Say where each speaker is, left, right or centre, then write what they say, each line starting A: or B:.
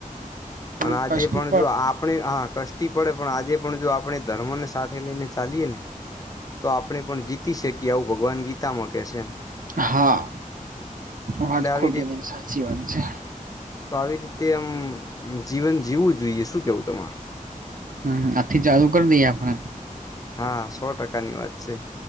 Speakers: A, on the right; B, on the left.
A: થોડુંક
B: અને આજે
A: કષ્ટી
B: પણ જો આપ- આપ હા કષ્ટી પડે પણ આજે પણ જો આપણે ધર્મને સાથે લઈને ચાલીએ ને- તો આપણે પણ જીતી શકીએ આવું ભગવાન ગીતામાં કેહે છે.
A: હા
B: એટલે
A: વાત
B: આવી
A: ખોટી
B: રીતે
A: નહી સાચી વાત છે.
B: તો આવી રીતે આમ જીવન જીવું જોઈએ શું કેવું તમારું-
A: હમ આથી ચાલુ કરી દઈએ આપણે-
B: હા સો ટકા ની વાત છે.